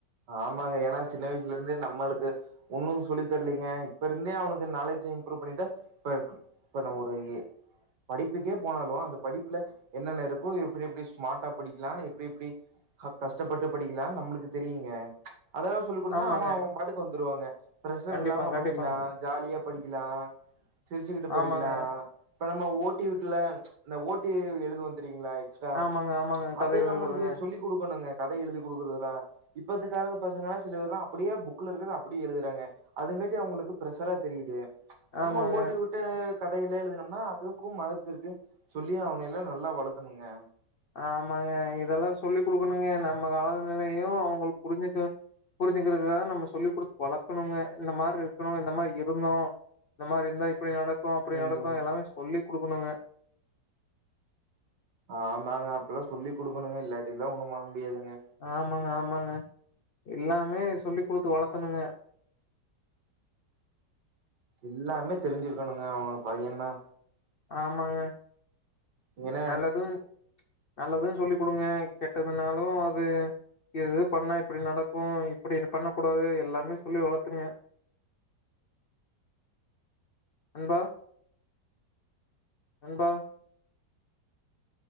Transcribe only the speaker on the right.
ஆமாங்க ஏன்னா சின்ன வயசுல இருந்தே நம்மளுக்கு ஒன்னு சொல்லி தரலீங்க இப்ப இருந்தே அவனுக்கு நாலேஜ் இம்ப்ரூவ் பண்ணிட்டு இப்ப இப்ப நம்ம எ ஒரு படிப்புக்கே போனாலு அந்த படிப்புல என்னென்ன இருக்கு எப்டி எப்டி ஸ்மார்டா படிக்கலா எப்டி எப்டி கஷ்டப்பட்டு படிக்கலா நம்ளுக்கு தெரியுங்க அதெல்லா சொல்லி குடுத்தன்னா
அவ அவ பாட்டுக்கு வந்துருவாங்க ப்ரஷர்
இல்லாம படிக்கலா
ஜாலியா படிக்கலா சிரிச்சுக்கிட்டு படிக்கலா
இப்ப நம்ம ஓட்டி வீட்ல இந்த ஓட்டி எழுதுவோ தெரியுங்களா ச
அது
நம்ளுக்கு சொல்லி் குடுக்கணுங்க கதை எழுதி குடுக்குறதுல இப்பத்துக்காக பசங்கல்லா சில பேர்லா அப்படியே புக்ல இருக்றத அப்படியே எழுதுறாங்க அதுங்காட்டி அவங்களுக்கு ப்ரஷரா தெரியுது நம்ம
ஓட்டி ஓட் வி கதையெல்லா எழுதனம்னா அதுக்கு மார்க் இருக்கு சொல்லியே ஆவனு இல்ல நல்லா வளத்தணுங்க
ம்
ஆமாங்க அப்புல்லா சொல்லி குடுக்கணுங்க இல்லாட்டில்லா ஒன்னு பன்ன முடியாதுங்க
எல்லாமே தெரிஞ்சுருக்கணுங்க அவங்க பையனா
நீங்க என்னா